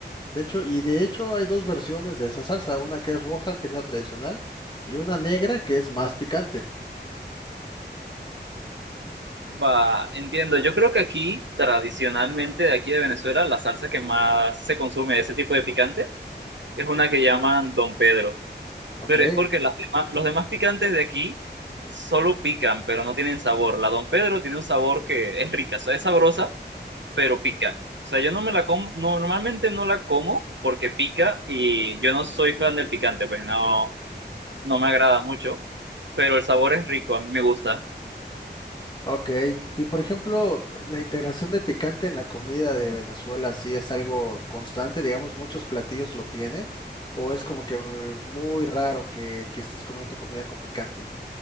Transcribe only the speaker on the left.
De hecho, y de hecho hay dos versiones de esa salsa, una que es roja, que es la tradicional, y una negra, que es más picante,
¿ok?
Ok, y por ejemplo, la integración del picante en la comida de Venezuela, ¿sí es algo constante? Digamos, muchos platillos lo tienen, o es como que eh, muy raro que, que estés comiendo comida con picante.